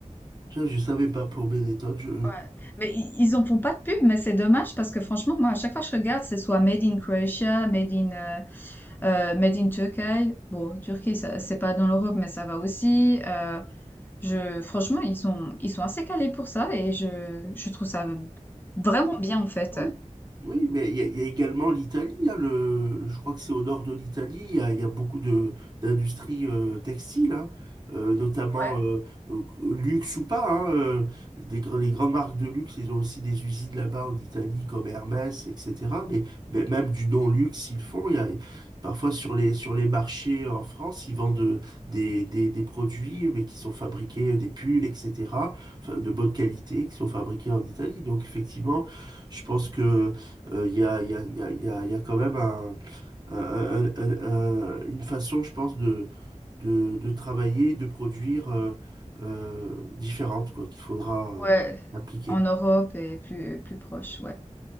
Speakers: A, on the right; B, on the left.
A: ça, je ne savais pas pour Benetton. Je,
B: Ouais. Mais i- ils en font pas de pub, mais c'est dommage parce que franchement, moi, à chaque fois que je regarde, c'est soit Made in Croatia, Made in, euh, euh, Made in Turkey. Bon, Turquie, ça- c'est pas dans l'Europe, mais ça va aussi. Euh, je, franchement, ils sont, ils sont assez calés pour ça et je, je trouve ça vraiment bien en fait.
A: Oui, Oui, mais il y, a il y a également l'Italie. hein, le, je crois que c'est au nord de l'Italie. Il y a, il y a beaucoup de d'industries euh, textiles, hein, euh, notamment
B: Ouais,
A: euh, euh, luxe ou pas. hein, euh, des gr- les grandes marques de luxe, ils ont aussi des usines là-bas en Italie, comme Hermès, etc. Mais, mais même du non-luxe, ils le font. Il y a, parfois sur les sur les marchés en France, ils vendent euh, des, des, des produits mais qui sont fabriqués, euh, des pulls, etc. enfin, de bonne qualité, qui sont fabriqués en Italie. Donc effectivement. Je pense que euh, il y a, il y a, il y a, il y a y a quand même un, un- un- un- un- une façon, je pense, de, de, de travailler, de produire euh, euh, différente, quoi, qu'il faudra euh,
B: ouais.
A: appliquer.
B: En Europe et plus, plus proche, ouais.